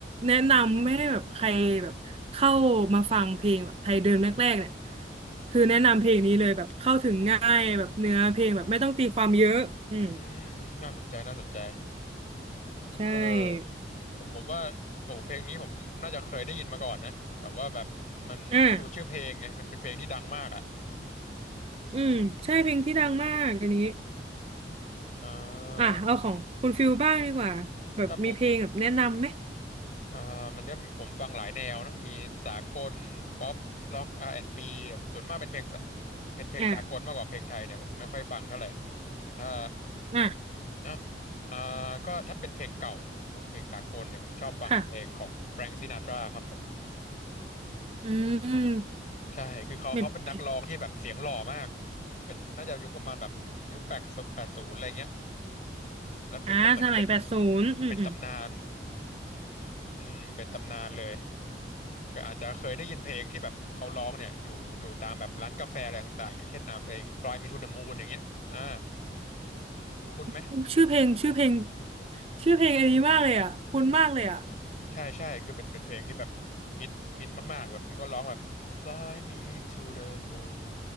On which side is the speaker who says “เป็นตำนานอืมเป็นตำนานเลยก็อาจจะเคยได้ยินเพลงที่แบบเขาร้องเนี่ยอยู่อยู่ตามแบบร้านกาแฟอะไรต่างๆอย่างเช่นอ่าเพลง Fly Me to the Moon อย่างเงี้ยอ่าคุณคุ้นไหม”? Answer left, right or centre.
Left